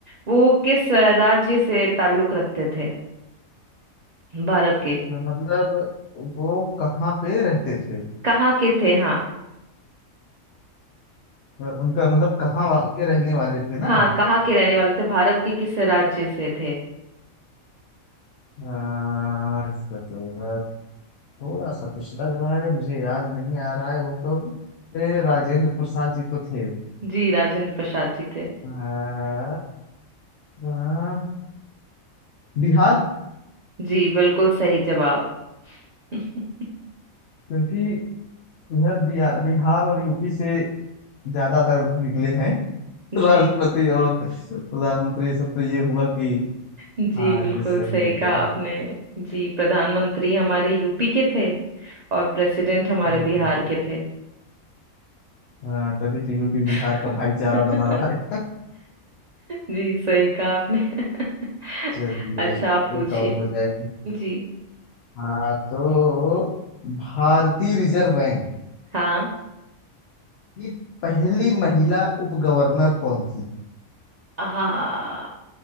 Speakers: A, on the right (about 70°); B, on the left (about 60°).
A: वो किस अ, राज्य से ताल्लुक रखते थे भारत के
B: मतलब वो कहाँ पे रहते थे
A: कहाँ के थे हाँ
B: उनका मतलब कहाँ वा- के रहने वाले थे ना
A: हाँ कहाँ के रहने वाले थे भारत के किस राज्य से थे
B: आ, इसका तो अ, थोड़ा सा कुछ लग रहा है मुझे याद नहीं आ रहा है वो तो ए, राजेंद्र प्रसाद जी तो थे
A: जी राजेंद्र प्रसाद जी थे
B: आ, आ, बिहार
A: जी बिल्कुल सही जवाब <laughs>
B: क्योंकि इधर बिहार, बिहार और यूपी से ज्यादातर निकले हैं <laughs> राष्ट्रपति
A: जी
B: और प्रधानमंत्री ये सब तो ये हुआ कि
A: जी
B: हाँ
A: बिल्कुल
B: ये सही
A: सही
B: लग
A: कहा
B: गया
A: आपने जी प्रधानमंत्री हमारे यूपी के थे और प्रेसिडेंट हमारे
B: हाँ
A: बिहार के थे
B: हाँ, तभी तो यूपी बिहार
A: <laughs>
B: का भाईचारा बना रहा है
A: जी सही कहा आपने <laughs>
B: चलिए
A: अच्छा आप पूछिए
B: एक और हो जाए फिर।
A: जी
B: हाँ तो भारतीय रिजर्व बैंक
A: हाँ
B: की पहली महिला उप गवर्नर कौन थी
A: हाँ